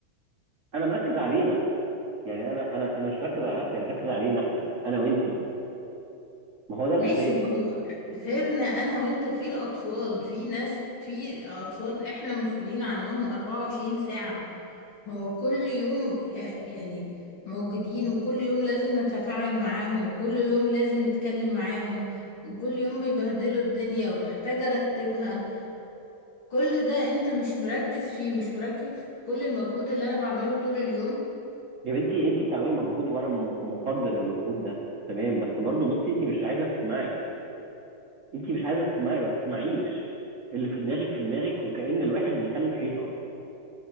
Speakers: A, on the right; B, on the left.
A: انا مركز علينا يعني انا انا انا مش مركز على نفسي انا مركز علينا احنا انا وانتي ما هو ده الاساس
B: ماشي ما هو غيرنا انا وانت في الاطفال في ناس في اطفال احنا مسؤولين عنهم 24 ساعة هو كل يوم آه، يعني موجودين وكل يوم لازم نتفاعل معاهم وكل يوم لازم نتكلم معاهم وكل يوم بيبهدلوا الدنيا وبحتاج ارتبها كل ده انت مش مركز فيه مش مركز في كل المجهود اللي انا بعمله طول اليوم
A: يا بنتي انت بتعملي مجهود وانا م- مقدر المجهود ده تمام بس برضه بصي انت مش عايزه تسمعي انت مش عايزه تسمعي ما تسمعيش اللي في دماغك في دماغك وكأن الواحد بيكلم حيطه